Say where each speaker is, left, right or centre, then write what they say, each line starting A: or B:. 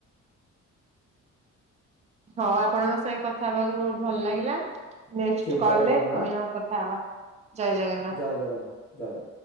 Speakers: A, on the right (about 25°); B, on the left (about 55°).
A: ହଉ ଆପଣଙ୍କ ସାଙ୍ଗେ କଥା ହବାକୁ ବହୁତ ଭଲ ଲାଗିଲା ନେକ୍ସଟ୍
B: ଠିକ
A: କଲରେ
B: ଜୟ ଜଗନ୍ନାଥ
A: ପୁଣି ଆଉ କଥା ହବା। ଜୟ ଜଗନ୍ନାଥ।
B: ଜୟ ଜଗନ୍ନାଥ ଜୟ ଜଗନ୍ନାଥ